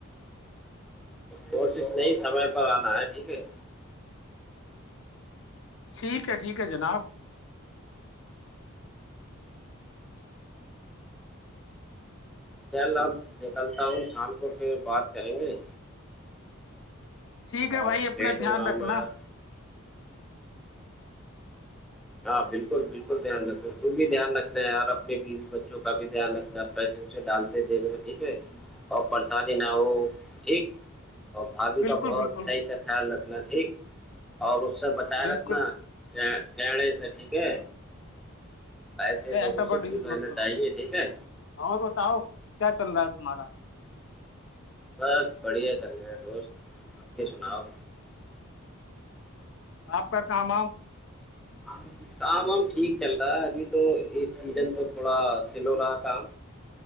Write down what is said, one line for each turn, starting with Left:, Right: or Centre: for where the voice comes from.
Centre: کوشش نہیں سمے پر آنا ہے ٹھیک ہے
Left: ٹھیک ہے ٹھیک ہے جناب
Centre: چل اب نکلتا ہوں شام کو پھر بات کریں گے
Left: ٹھیک ہے
Centre: اور
Left: بھائی اپنا
Centre: لیٹ ہو
Left: دھیان
Centre: رہا ہوں
Left: رکھنا
Centre: میں یار ہاں بالکل بالکل دھیان رکھنا ت تو بھی دھیان رکھنا ہے ار اپنی بیوی بچوں کا بھی دھیان رکھنا ہے پیسے اسے ڈالتے دے گئے ٹھیک ہے اور پریشانی نہ ہو ٹھیک اور بھاابھی
Left: بالکل
Centre: کا بہت
Left: بالکل
Centre: صحیح سے خیال رکھنا ٹھیک اور اس سے بچائے
Left: بالکل
Centre: رکھنا کیا گڑے سے ٹھیک ہے ایسے
Left: ارے
Centre: لوگوں
Left: ایسا
Centre: سے
Left: برڈ یوز
Centre: دور
Left: مت
Centre: رہنا
Left: کرو
Centre: چاہیے ٹھیک ہے
Left: اور بتاؤ کیا چل رہا ہے تمہارا
Centre: بس بڑھیا چل رہے ہے دوست اپنی سناؤ
Left: آپ کا کام
Centre: ہاں کام وام ٹھیک چل رہا ہے ابھی تو یہ سیزن تو تھوڑا سلو رہا کام